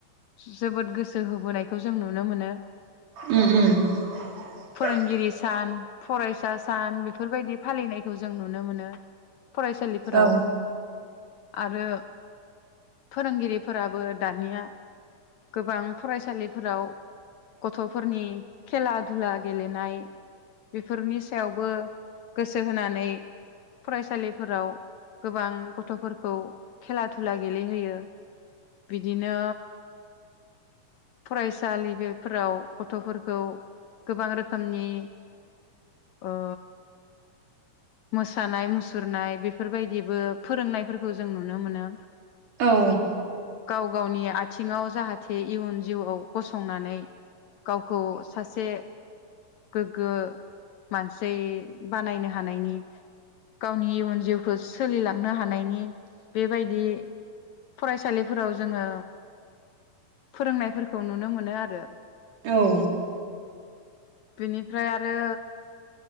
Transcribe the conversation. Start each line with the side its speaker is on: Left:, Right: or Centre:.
Left: जोबोद गोसो होबोनायखौ जों नुनो मोनो।
Right: <unintelligible>
Left: फोरोंगिरि सान फरायसा सान बेफोरबायदि फालिनायखौ जों नुनो मोनो। फरायसालिफोराव
Right: औ
Left: आरो फोरोंगिरिफोराबो दानिया गोबां फरायसालिफोराव गथ'फोरनि खेला धुला गेलेनाय बेफोरनि सायावबो गोसो होनानै फरायसालिफोराव गोबां गथ'फोरखौ खेला दुला गेलेहोयो बिदिनो फरायसालि बेफोराव गथ'फोरखौ गोबां रोखोमनि ओयो मोसानाय मुसुरनाय बेफोरबायदिबो फोरोंनायफोरखौ जों नुनो मोनो।
Right: औ
Left: गाव गावनि आथ बिथिङाव जाहाथे इयुन जिउआव गसंनानै गावखौ सासे गोग्गो मानसि बानायनो हानायनि गावनि इयुन जिउखौ सोलिलांनो हानायनि बेबायदि फरायसालिफोराव जोङो फोरोंनायफोरखौ नुनो मोनो आरो।
Right: औ।
Left: बिनिफ्राय आरो।